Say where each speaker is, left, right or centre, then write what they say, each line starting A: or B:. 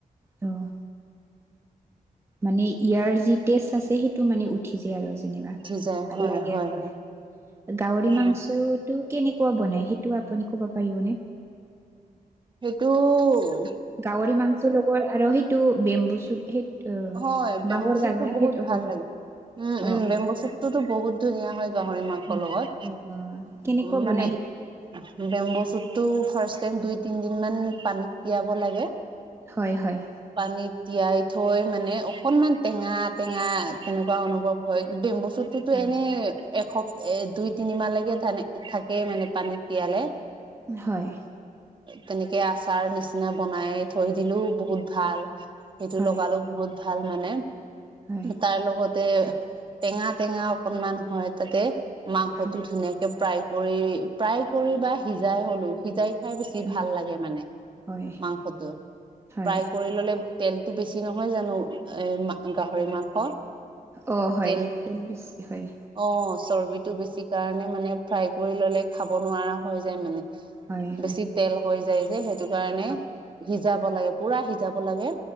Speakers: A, on the right; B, on the right.
A: অঁ মানে ইয়াৰ যি টেষ্ট আছে সেইটো মানে উ টি যায় আৰু যেনিবা
B: উঠি যায়
A: ভাল
B: হয়
A: লাগে
B: হয়
A: হয়। গাহৰি
B: হয়
A: মাংসত টো কেনেকুৱা বনাই, সেইটো আপুনি ক'ব পাৰিবনে?
B: সেইটো ও
A: গহৰি মাংসৰ লগৰ আৰু সেইটো বেম্বু চুত সেই
B: হয় বেমব
A: বাঁহৰ
B: বচুতটো
A: গাজা
B: বহুত
A: সেইটো হয়
B: ভাল
A: হয়
B: লাগে। উম
A: অ',
B: উম বেম্বুচুতটো
A: অ', ইয়াৰ
B: ত' বহুত ধুনীয়া হয় গাহৰি মাংসৰ
A: ধুনীয়া
B: লগত
A: অ', অ কেনেকুৱা
B: উ
A: বনাই
B: মানে
A: সেইটো?
B: বেম্ব চুতটো ফাৰ্ষট টাইম দুই তিন দিন মান পানীত তিয়াব লাগে।
A: হয় হয়।
B: পানীত তিয়াই থৈ মানে অকনমান টেঙা টেঙা তেনেকুৱা অনুভৱ হয় বেম্বুচুতটো ত'
A: হয়,
B: এনেই এসপ দুই তিনি মাহলৈকে থাকেই মানে পানীত তিয়ালে।
A: হয়।
B: তেনেকে আচাৰ নিচিনা বনাই থৈ দিলো বহুত ভাল। সেইটো
A: হয়,
B: লগালো বহুত ভাল মানে,
A: হয়,
B: তাৰ লগত তাতে টেঙা টেঙা অকনমান হয় তাতে মাংসটো
A: হয়।
B: ধুনীয়াকে প্ৰায় কৰি প্ৰায় কৰি বা সিজাই হ'লো সিজাই খাই বেছি
A: হয়,
B: ভাল লাগে মানে
A: হয়,
B: মাংসটো
A: হয়
B: প্ৰায় কৰি ললে তেলতো বেছি নহয় জানো এ গাহৰি মাংস
A: অ', হয়,
B: তেল
A: বেছি হয়,
B: অ চৰ্বিটো বেছি কাৰণে মানে ফ্ৰাই কৰি ল'লে খাব নোৱাৰা হৈ যায় মানে
A: হয়,
B: বেছি
A: হয়,
B: তেল হৈ যায় যে সেইটো কাৰণে
A: হয়,
B: সিজাব লাগে পুৰা সিজাব লাগে